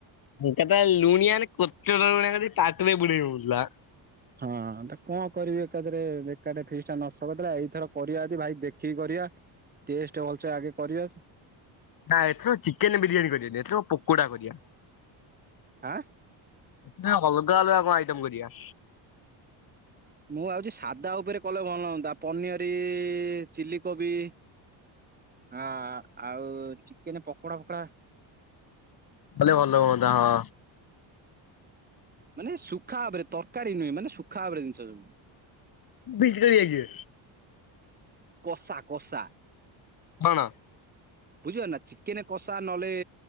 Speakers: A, on the left; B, on the right.
A: ଏକାଥରେ ଲୁଣିଆନେ କୋତର ଭଳିଆ ଖାଲି ପାଟିରେ ପୁରେଇ ହୋଉନଥିଲା।
B: ହଁ ତ କଁକରିବି ଏକାଥରେ ଏକାଠେ ଫିସଟା ନଷ୍ଟ କରିଥିଲା ଏଇଥର କରିବା ଯଦି ଭାଇ ଦେଖି ଦେଖିକି କରିବା ଟେଷ୍ଟ ଭଲସେ ଆଗେ କରିବା
A: ନାଁ ଏଥର ଚିକେନ୍ ବିରିୟାନୀ କରିନି ଏଥର ପୋକଡ଼ା କରିବା‌।
B: ଆଁ?
A: ଏଥର ଅଲଗା ଅଲଗା କଁ ଆଇଟେମ୍ କରିଆ।
B: ମୁଁ ଭାବୁଚି ସାଧା ଉପରେ କଲେ ଭଲ ହଆନ୍ତା ପନିଅରି ଚିଲି କୋବି ଅଁ ଆଉ ଚିକେନେ ପକୋଡ଼ା ଫକୋଡ଼ା
A: କଲେ ଭଲ ହୁଅନ୍ତା ହଁ।
B: ମାନେ ଶୁଖା ଭାବରେ ତରକାରୀ ନୁହେଁ ମାନେ ଶୁଖା ଭାବରେ ଜିନିଷ ସବୁ।
A: ବିଜୀ ରହିଯାଇଛି।
B: କଷା କଷା।
A: ହଣା
B: ବୁଝିିବ ନା ଚିକେନ୍ କଷା ନହେଲେ